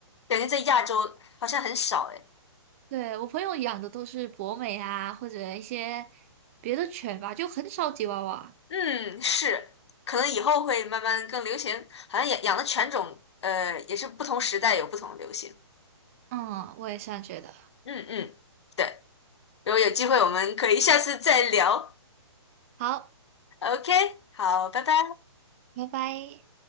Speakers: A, on the left (about 65°); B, on the right (about 30°).
A: 感觉在亚洲好像很少哎。
B: 对，我朋友养的都是博美啊，或者一些别的犬吧，就很少吉娃娃。
A: 嗯，是，可能以后会慢慢更流行，好像养养的犬种，呃，也是不同时代有不同的流行。
B: 嗯，我也是这样觉得。
A: 嗯嗯，对，如果有机会我们可以下次再聊。
B: 好，
A: OK，好，拜拜。
B: 拜拜。